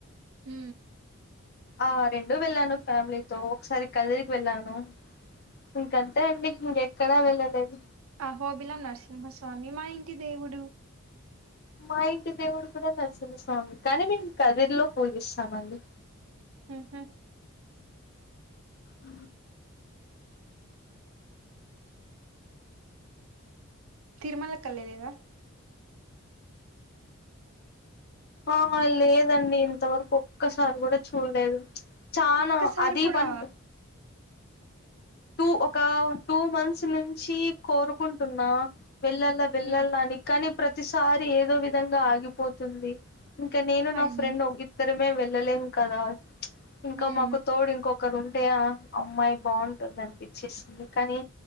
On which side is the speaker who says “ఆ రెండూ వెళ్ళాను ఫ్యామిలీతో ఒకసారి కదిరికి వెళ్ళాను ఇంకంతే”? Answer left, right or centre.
Left